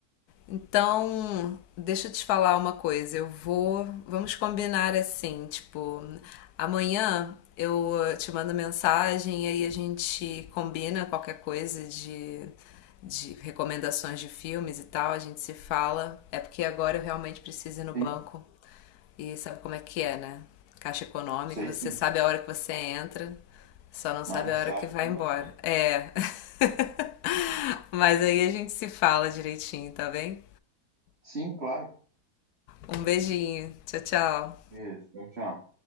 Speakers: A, on the left; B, on the right.
A: Então, deixa eu te falar uma coisa. Eu vou. Vamos combinar assim, tipo, amanhã eu te mando mensagem e aí a gente combina qualquer coisa de, de recomendações de filmes e tal. A gente se fala. É porque agora eu realmente preciso ir no banco.
B: Sim,
A: E sabe como é que é, né? Caixa econômica,
B: sei
A: você
B: sim,
A: sabe a hora que você entra, só não
B: mas
A: sabe
B: não sabe
A: a hora que vai
B: quando
A: embora.
B: vai sair.
A: É. <laughs> Mas aí a gente se fala direitinho, tá bem?
B: Sim, claro.
A: Um beijinho. Tchau, tchau.
B: Isso, tchau. tchau.